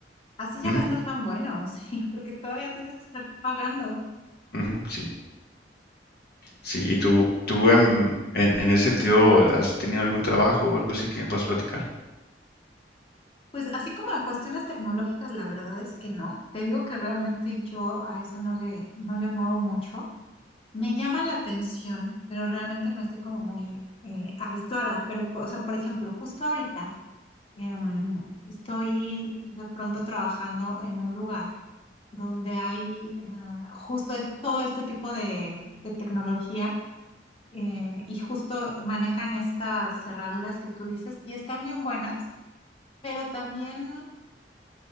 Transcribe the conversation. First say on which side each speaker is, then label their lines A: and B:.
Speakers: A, on the left (about 35°); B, on the left (about 60°).
A: así ya
B: ujú,
A: no está tan bueno, <laughs> sí, porque todavía tienes que estar pagando.
B: ujú, sí. Sí, y tú, tú em, en, en ese sentido, ¿has tenido algún trabajo o algo así que me puedas platicar?
A: Pues así como a cuestiones tecnológicas, la verdad es que no. Te digo que realmente yo a eso no le, no le muevo mucho. Me llama la atención, pero realmente no estoy como muy eh, habituada. Pero, o sea, por ejemplo, justo ahorita em, estoy de pronto trabajando en un lugar donde hay eh, justo de todo este tipo de, de tecnología eh, y justo manejan estas cerraduras que tú dices y están bien buenas, pero también